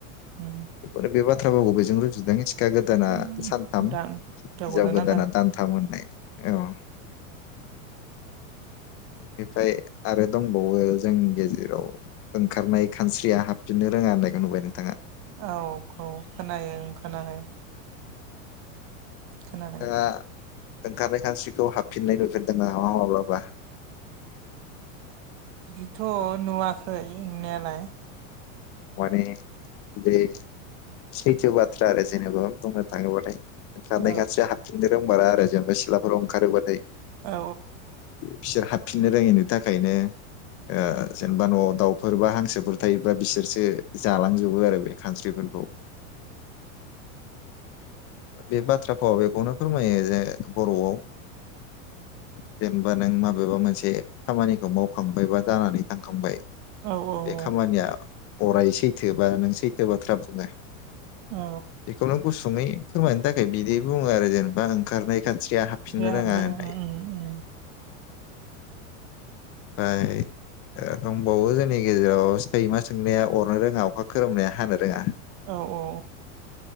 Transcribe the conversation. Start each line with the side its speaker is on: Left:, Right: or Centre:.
Right: उम
Left: बेफोर बे बाथ्राखौ बेजों रुजुदों सिखा गोदाना
Right: दान
Left: सानथाम
Right: हिनजावगोदाना
Left: हिनजाव गोदाना दानथाम होननाय औ। बेनिफ्राय आरो दंबावो जोंनि गेजेराव ओंखारनाय खानस्रिया हाबफिननो रोङा होननायखौ नुबाय नों?
Right: औ औ खोनायो खोनायो। खोनादों
Left: <unintelligible> ओंखारनाय खानस्रिखौ हाबफिननाय नुफिनदों नामा माब्लाबा।
Right: बिदिथ' नुवाखै नुनायालाय।
Left: माने बे सैथो बाथ्रा आरो जेनेबा बुंनो थाङोबाथाय। ओंखारनाय
Right: औ
Left: खानस्रिया हाबफिननो रोंमारा आरो जेनेबा सिथलाफोराव। ओंखारोबाथाय
Right: औ
Left: बिसोर हा फिनो रोङैनि थाखायनो ओ जेनेबा न'आव दाउफोर बा हांसोफोर थायोबा बिसोरसो। जालांजोबो आरो बे खानस्रिफोरखौ। बे बाथ्रा फावाव बेखौनो फोरमायो जे बर'आव। जेनेबा नों माबेबा मोनसे खामानिखौ मावखांबायबा। जानानै थांखांबाय
Right: औ औ
Left: बे खामानिया। अराय सैथो बा नों सैथो बाथ्रा बुङो
Right: औ
Left: बेखौ नों। गुसुङै फोरमायनो थाखाय बिदि बुङो आरो जेनेबा ओंखारनाय। खान्स्रिया हाबफिननो
Right: बे हाबनो
Left: रोङा होननाय।
Right: उम उम
Left: ओमफाय दंबावो जोंनि गेजेराव। सैमा सोंनाया अरनो रोङा अखा खोरोमनाया हानो रोङा।
Right: औ औ